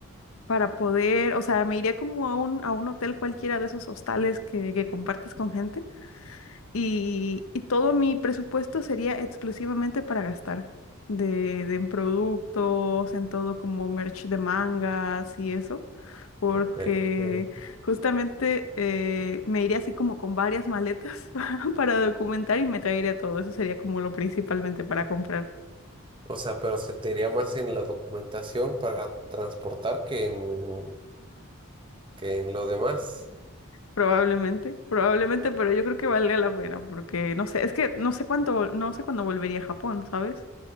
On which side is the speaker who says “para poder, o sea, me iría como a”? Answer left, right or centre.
Left